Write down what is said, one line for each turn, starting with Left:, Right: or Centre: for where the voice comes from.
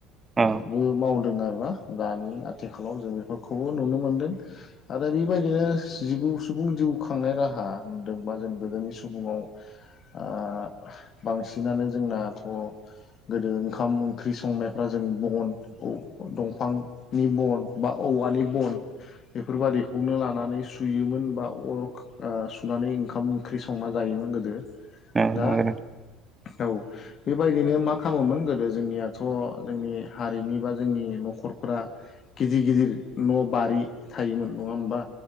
Right: औ
Left: बो मावदों आरो ना दानि आथिखालाव जों बेफोरखौबो नुनो मोनदों। आरो बिबायदिनो। जिबौ सुबुं जिउ खांनाय राहा दोंबा जों गोदोनि सुबुंआव ओ बांसिनानो जोंना। अह गोदो ओंखाम ओंख्रि संनायफ्रा जों बनद औ दंफां नि बन बा औवानि बन। बेफोरबादिखौनो लाना नै सुयोमोन बा अराव खा ओ सुनानै ओंखाम ओंख्रि संना जायोमोन गोदो।
Right: ओम
Left: दा
Right: नोंगो नों।
Left: औ। बेबायदिनो मा खालामोमोन गोदो जोंनियाथ' जोंनि हारिनि बा जोंनि न'खरफोरा गिदि गिदिर न' बारि थायोमोन नङा ओमबा